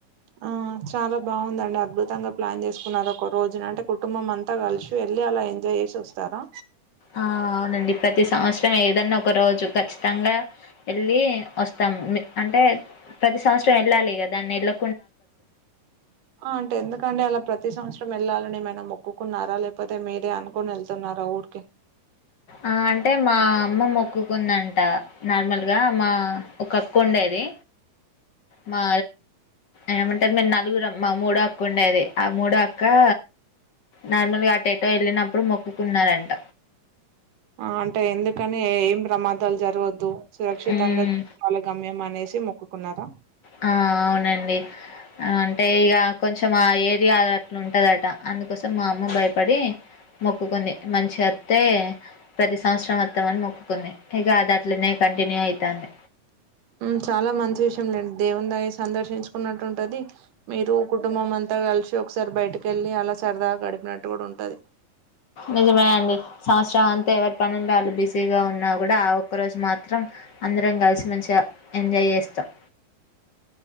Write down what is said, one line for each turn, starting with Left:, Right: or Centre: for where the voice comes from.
Right: ఆ చాలా బాగుందండి అద్భుతంగా ప్లాన్ చేసుకున్నారు ఒక రోజున అంటే కుటుంబం అంతా కల్సి వెల్ వెళ్ళి అలా ఎంజాయ్ చేసి వస్తారా?
Left: ఆ అవునండి ప్రతి సంవత్సరం ఏదన్న ఒక రోజు ఖచ్చితంగా వెళ్ళి వస్తా అంటే ప్రతి సంవత్సరం ఎళ్ళాలిగ దాన్ని ఎల్లో
Right: ఆ అంటే ఎందుకండి అలా ప్రతి ప్రతి సంవత్సరం ఎళ్ళాలని ఏమైనా మొక్కున్నారా లేకపోతే మీరే అనుకొని ఎళ్తున్నారా ఊరికే
Left: ఆ అంటే మా అమ్మ మొక్కుకుందంట నార్మల్గా మా ఒక అక్క ఉండేది మా ఏమంటరు మేం నలుగురం మా మూడో అక్క ఉండేది. ఆ మూడో అక్కా నార్మల్గా అటేటో ఎళ్ళినప్పుడు మొక్కుకున్నారంట.
Right: ఆ అంటే ఎందుకని ఏం ప్రమాదాలు జరగొద్దు. సురక్షితంగా
Left: హ్మ్
Right: వాళ్ళ గమ్యం అనేసి మొక్కుకున్నారా?
Left: ఆ! అవునండి. ఆహ్, అంటే ఇగ కొంచం ఆ ఏరియా అద్ అట్లుంటదట అందు కోసం మా అమ్మ భయపడి మొక్కుకుంది. మంచిగత్తే ప్రతి సంవత్సరం అత్తం అన్ మొక్కుకుంది. ఇగ అద్ అట్లనే కంటిన్యూ అయితాంది.
Right: మ్ చాలా మంచి విషయం లేం దేవున్ దయ సందర్శించుకున్నట్టుంటది మీరు కుటుంబం అంతా క కల్సి ఒక్సార్ బైటికెళ్ళి అలా సరదాగా గడిపినట్టు గుడా ఉంటది.
Left: నిజమే అండి. సంవత్సరం అంతా ఎవరి పనుల్లో వాళ్ళు బిజీగా ఉన్నా గుడా ఆ ఒక్కరోజు మాత్రం అందరం కల్సి మంచిగ ఎంజాయ్ చేస్తాం.